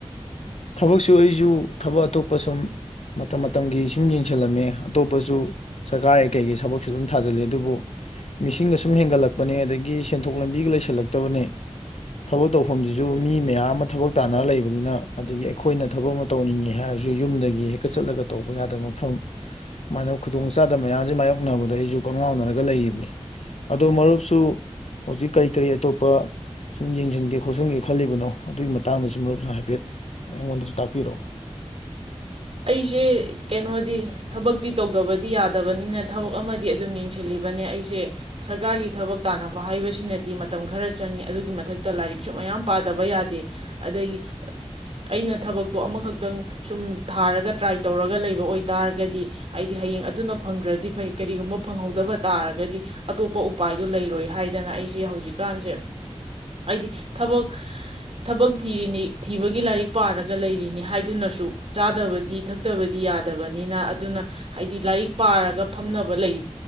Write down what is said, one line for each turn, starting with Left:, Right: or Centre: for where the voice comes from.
Left: ꯊꯕꯛꯁꯨ ꯑꯩꯁꯨ ꯊꯕꯛ ꯑꯇꯣꯞꯄ ꯁꯨꯝ ꯃꯇꯝ ꯃꯇꯝꯒꯤ ꯁꯨꯝ ꯌꯦꯡꯁꯤꯜꯂꯝꯃꯦ ꯑꯇꯣꯞꯄꯁꯨ ꯁꯔꯀꯥꯔꯒꯤ ꯀꯩꯒꯤ ꯊꯕꯛꯁꯨ ꯑꯗꯨꯝ ꯊꯥꯖꯤꯜꯂꯦ ꯑꯗꯨꯕꯨ ꯃꯤꯁꯤꯡꯒ ꯁꯨꯝ ꯍꯦꯟꯒꯠꯂꯛꯄꯅꯦ ꯑꯗꯒꯤ ꯁꯦꯟꯊꯣꯛ ꯂꯝꯕꯤꯒ ꯂꯩꯁꯜꯂꯛꯇꯕꯅꯦ ꯊꯕꯛ ꯇꯧꯐꯝꯁꯤꯁꯨ ꯃꯤ ꯃꯌꯥꯝ ꯑꯃ ꯊꯕꯛ ꯇꯥꯟꯅꯔ ꯂꯩꯕꯅꯤꯅ ꯑꯗꯒꯤ ꯑꯩꯈꯣꯏꯅ ꯊꯕꯛ ꯑꯃ ꯇꯧꯅꯤꯡꯉꯦ ꯍꯥꯏꯔꯁꯨ ꯌꯨꯝꯗꯒꯤ ꯍꯦꯛꯀꯠ ꯆꯠꯂꯒ ꯇꯧꯕ ꯌꯥꯗꯕ ꯃꯐꯝ ꯁꯃꯥꯏꯅ ꯈꯨꯗꯣꯡ ꯆꯥꯗꯕ ꯃꯌꯥꯝꯁꯦ ꯃꯥꯥꯏꯌꯣꯛꯅꯕꯗ ꯑꯩꯁꯨ ꯀꯒꯥꯎꯅꯔꯒ ꯂꯩꯔꯤꯕꯅꯤ ꯑꯗꯣ ꯃꯔꯨꯞꯁꯨ ꯍꯧꯖꯤꯛ ꯀꯔꯤ ꯀꯔꯤ ꯑꯇꯣꯞꯄ ꯁꯨꯝ ꯌꯦꯡꯁꯤꯟꯒꯦ ꯈꯣꯠꯆꯟꯒꯦ ꯈꯜꯂꯤꯕꯅꯣ ꯑꯗꯨꯒꯤ ꯃꯇꯥꯡꯗꯁꯨ ꯃꯔꯨꯞꯅ ꯍꯥꯏꯐꯦꯠ ꯑꯩꯉꯣꯟꯗꯁꯨ ꯇꯥꯛꯄꯤꯔꯛꯑꯣ
Right: ꯑꯩꯁꯦ ꯀꯩꯅꯣꯗꯤ ꯊꯕꯛꯇꯤ ꯇꯧꯗꯕꯗꯤ ꯌꯥꯗꯕꯅꯤꯅ ꯊꯕꯛ ꯑꯃꯗꯤ ꯑꯗꯨꯝ ꯌꯦꯡꯁꯤꯜꯂꯤꯕꯅꯦ ꯑꯩꯁꯦ ꯁꯔꯀꯥꯔꯒꯤ ꯊꯕꯛ ꯇꯥꯟꯅꯕ ꯍꯥꯏꯕꯁꯤꯅꯗꯤ ꯃꯇꯝ ꯈꯔ ꯆꯪꯉꯤ ꯑꯗꯨꯒꯤ ꯃꯊꯛꯇ ꯂꯥꯏꯔꯤꯛꯁꯨ ꯃꯌꯥꯝ ꯄꯥꯗꯕ ꯌꯥꯗꯦ ꯑꯗꯒꯤ ꯑꯩꯅ ꯊꯕꯛꯇꯣ ꯑꯃꯈꯛꯇꯪ ꯁꯨꯝ ꯊꯥꯔꯒ ꯇ꯭ꯔꯥꯏ ꯇꯧꯔꯒ ꯂꯩꯕ ꯑꯣꯏꯇꯥꯥꯔꯒꯗꯤ ꯍꯥꯏꯗꯤ ꯍꯌꯦꯡ ꯑꯗꯨꯅ ꯐꯪꯈ꯭ꯔꯗꯤ ꯐꯩ ꯀꯔꯤꯒꯨꯝꯕ ꯐꯪꯍꯧꯗꯕ ꯇꯥꯔꯒꯗꯤ ꯑꯇꯣꯞꯄ ꯎꯄꯥꯏꯗꯨ ꯂꯩꯔꯣꯏ ꯍꯥꯏꯗꯅ ꯑꯩꯁꯦ ꯍꯧꯖꯤꯛꯀꯥꯟꯁꯦ ꯍꯥꯏꯗꯤ ꯊꯕꯛ ꯊꯕꯛ ꯊꯤꯔꯤꯅꯤ ꯊꯤꯕꯒꯤ ꯂꯥꯏꯔꯤꯛ ꯄꯥꯔꯒ ꯂꯩꯔꯤꯅꯤ ꯍꯥꯏꯗꯨꯅꯁꯨ ꯆꯥꯗꯕꯗꯤ ꯊꯛꯇꯕꯗꯤ ꯌꯥꯗꯕꯅꯤꯅ ꯑꯗꯨꯅ ꯍꯥꯏꯗꯤ ꯂꯥꯏꯔꯤꯛ ꯄꯥꯔꯒ ꯐꯝꯅꯕ ꯂꯩ